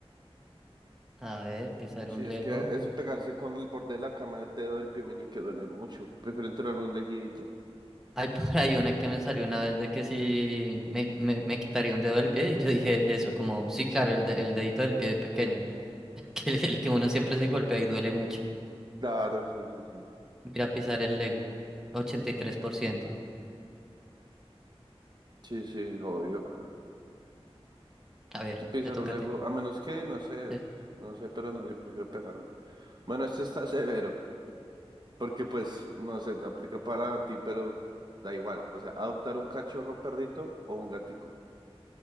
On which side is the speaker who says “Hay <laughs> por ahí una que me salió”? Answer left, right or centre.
Centre